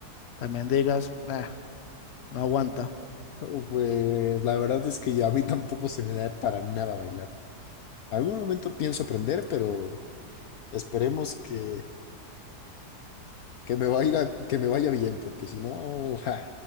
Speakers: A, on the left; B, on the left.
A: también digas, "Ah, no aguanta.
B: Oh, Pues la verdad es que ya a mí <laughs> tampoco se me da para nada bailar. Algún momento pienso aprender, pero esperemos que, que me vaya, que me vaya bien, porque si no, <laughs> ja.